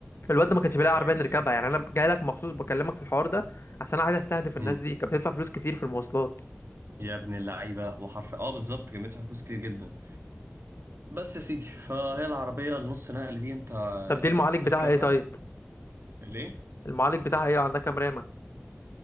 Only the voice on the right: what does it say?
يعني
امم
يا ابن اللعيبة وحرف اه بالظبط كان بيدفع فلوس كتير جدا بس يا سيدي فهي العربية النص نقل دي انت
تركبها
ليه؟